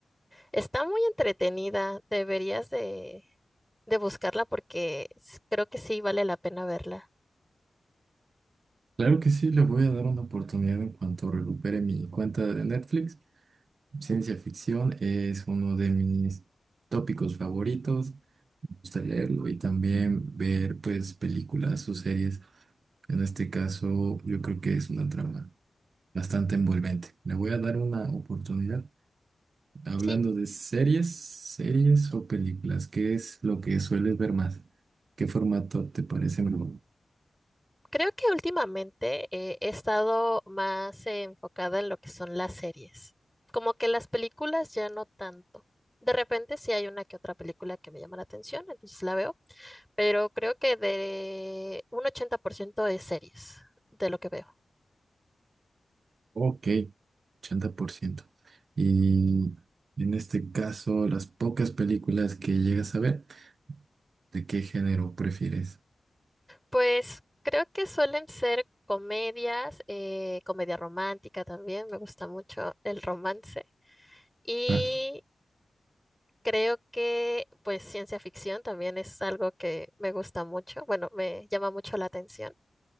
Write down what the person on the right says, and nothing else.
Claro que sí, le voy a dar una oportunidad en cuanto recupere mi cuenta de Netflix. Ciencia ficción es uno de mis tópicos favoritos. Me gusta leerlo y también ver pues películas o series. En este caso, yo creo que es una trama bastante envolvente. Le voy a dar una oportunidad. Hablando
de series, series o películas, ¿qué es lo que sueles ver más? ¿Qué formato te parece mejor?
Ok, ochenta por ciento Y en este caso, las pocas películas que llegas a ver, ¿de qué género prefieres?
Ah,